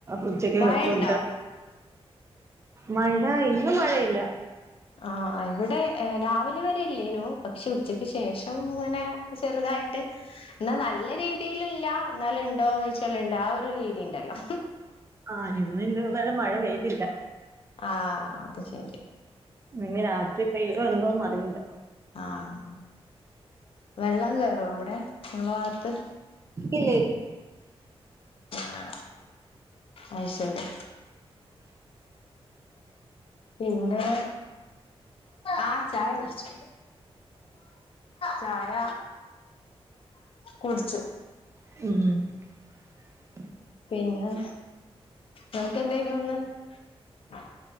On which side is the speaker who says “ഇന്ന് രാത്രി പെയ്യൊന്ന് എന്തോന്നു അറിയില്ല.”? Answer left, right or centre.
Right